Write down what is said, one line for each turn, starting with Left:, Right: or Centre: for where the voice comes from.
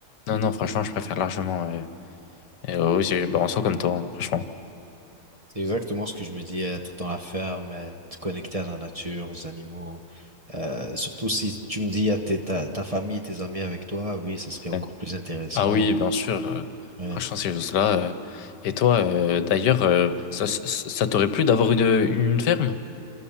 Left: Non, non, franchement, je préfère largement. Euh, euh, ouais, bah, en soi comme toi, hein, franchement.
Right: C'est exactement ce que je me dis, être dans la ferme, être connecté à la nature, aux animaux. Euh, surtout si tu me dis, à ta, ta famille, tes amis avec toi, oui, ce serait encore
Left: Ouais.
Right: plus intéressant.
Left: Ah oui, bien sûr, euh,
Right: Ouais.
Left: franchement, ces choses-là. euh. Et toi, euh, d'ailleurs, euh, ça, ça ça t'aurait plu d'avoir une, une ferme?